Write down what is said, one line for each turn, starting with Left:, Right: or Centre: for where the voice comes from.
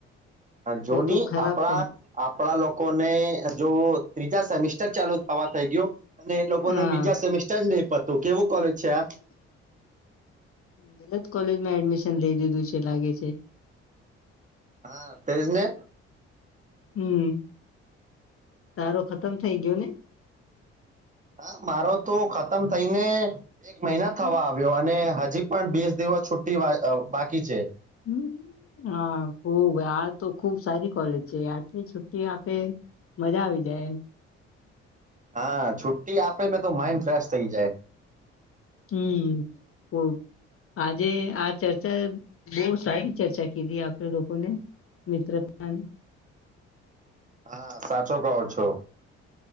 Right: જોની
Left: તો તો ખરાબ
Right: આપડા
Left: પણ
Right: આ પડા લોકો ને જો ત્રીજા સેમિસ્ટર ચાલુ થવા થઈ ગયું. અને એ લોકો
Left: હા
Right: ને બીજા સેમિસ્ટર જ નઈ પ તો કેવો કોલેજ. છે આ
Left: ગલત કોલેજમાં એડમીશ તમ લઈ દીધું છે લાગે છે.
Right: હા તેજને.
Left: હમ તારો ખતમ થઇ ગયો ને.
Right: હા મારો તો ખતમ થઇ ને એક મહિના થવા
Left: હમ
Right: આવ્યો અને હજી પણ બીસ દિવસ છૂટી વાય અ બાકી છે.
Left: હ હા ખુબ આ તો ખુબ સારી કોલેજ છે આટલી છુ્ટી આપે મજા આવી જાય એમ.
Right: હા છુટ્ટી આપે ને તો માઈન્ડ ફ્રેશ થઈ જાય.
Left: હમ તો આજે આ ચર્ચા બહુ સારી ચર્ચા કીધી આપણે લોકોને મિત્રતાની.
Right: હા સાચો કહો છો.